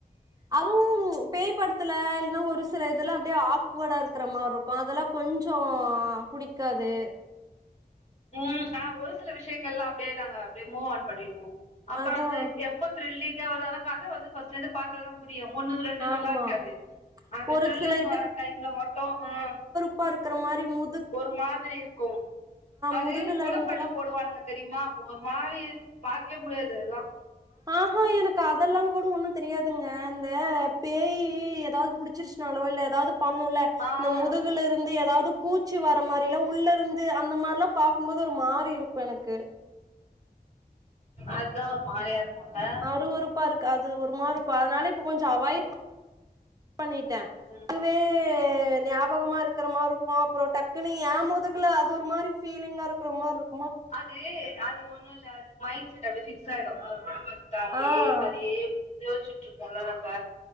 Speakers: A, on the right; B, on the left.
A: அதுவு ம் பேய் படத்துல இல்ன்னா ஒரு சில இதலா அப்டியே ஆக்வர்டா இருக்கிற மாரி இருக்கு அதெல்லா கொஞ்சோ புடிக் காது
B: ம் க்கா ஒரு சில விஷயங்கள் எல்லா அப்டியே நாங்க அப்டியே மூவ் ஆன் பண்ணிடுவோ அப்புறோ
A: அதா
B: அந்த இ எப்ப த்ரில்லிங்கா வர வர கத வந்து ஃபிரஸ்ட்ல இருந்து பாத்தாதா புரியு ஒண்ணுக்கு ரெண்டு
A: ஆமா
B: நல்லா இருக்காது அந்த
A: ஒரு
B: த்ரில்லர்
A: சில
B: வர டைம்ல மட்டு ஆ
A: இப்ப இருக்குறமாரி மூ
B: ஒரு மாதிரி இருக்கு அது
A: முதுகுல
B: கொலப்பண்ணி
A: இருந்துல்லா
B: போடுவானுங்க தெரியுமா அப்போ ஒரு மாதிரி பாக்கவே முடியாது எல்லா
A: ஆ ஆ எனக்கு அதெல்லா கூட ஒண்ணு தெரியாதுங்க இந்த பேய் ஏதாவது புடிச்சிருச்சுனாலோ இல்ல ஏதாவது பண்ணுல
B: ஆ
A: இந்த முதுகுல இருந் து ஏதாவது பூச்சி வர மாரி எல்லா உள்ள இருந்து அந்த மாரி எல்லா பாக்கும்போது ஒரு மாரி இருக்கு எனக்கு
B: அதா ஒரு மாரியா இருக்கும்ல
A: அறுவறுப்பா இருக்கு அது ஒருமாரி கொ அதனால இப்ப கொஞ்சோ அவாய்ட் பண் பண்ணிட்டே
B: உ
A: துவே ய் ஞாபகமா இருக்கிற மாரி இருக்கு அப்புறோ டக்குனு எ முதுகுல அது ஒரு மாரி ஃபீலிங்கா இருக்கிற மாரி இருக்கு
B: அது அது ஒண்ணு இல்ல மைண்ட செட் அப்டி ஃபிக்ஸ் ஆயிடு அவர் படம் பாத்துட்டு அப்டியே
A: ஆ
B: அதயே யோசுச்சுட்டு இருக்போம்ல நம்ப